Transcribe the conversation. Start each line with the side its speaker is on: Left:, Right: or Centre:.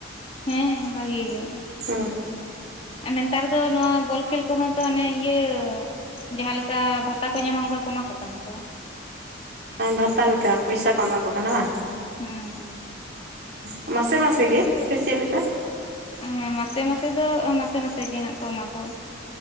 Left: ᱦᱮᱸ ᱵᱷᱟᱜᱤ ᱜᱮᱭᱟ᱾
Right: ᱦᱚ
Left: ᱟᱨ ᱱᱮᱛᱟᱨ ᱫᱚ ᱱᱚᱣᱟ ᱵᱚᱞ ᱠᱷᱮᱞ ᱠᱚᱦᱚᱸ ᱛᱟᱱᱮ ᱤᱭᱟᱹ ᱡᱟᱸᱦᱮ ᱞᱮᱠᱟ ᱵᱷᱟᱛᱟ ᱠᱚ ᱧᱟᱢᱟ ᱚᱱᱠᱟ ᱠᱚ ᱮᱢᱟ ᱠᱚ ᱠᱟᱱᱟ ᱛᱚ
Right: ᱵᱷᱟᱛᱟ ᱞᱮᱠᱟ ᱯᱚᱭᱥᱟ ᱠᱚ ᱮᱢᱟ ᱠᱚ ᱠᱟᱱᱟ ᱵᱟᱝ
Left: ᱦᱮᱸ
Right: ᱢᱟᱥᱮ ᱢᱟᱥ ᱜᱮ ᱥᱮ ᱪᱮ ᱞᱮᱠᱟ
Left: ᱦᱮᱸ ᱢᱟᱥᱮ ᱢᱟᱥᱮ ᱫᱚ ᱢᱟᱥᱮ ᱢᱟᱥᱮ ᱜᱮ ᱦᱜ ᱠᱚ ᱮᱢᱟ ᱠᱚᱣᱟ᱾